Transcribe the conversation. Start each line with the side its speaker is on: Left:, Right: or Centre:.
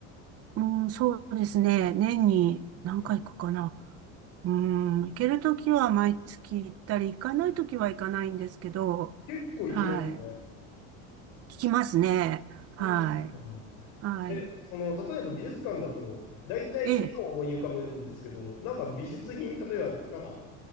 Right: うん、そうですね。年に何回行くかな。
Left: うん、
Right: うん、行けるときは毎月行ったり、行かないときは行かないんですけど、
Left: 結構行きますね。
Right: はい。聞きますね。
Left: そうなんだ。
Right: はい。はい。
Left: で、その、例えば美術館だと、大体絵を思い浮かぶんですけど、
Right: ええ。
Left: なんか美術品、例えば、なんか、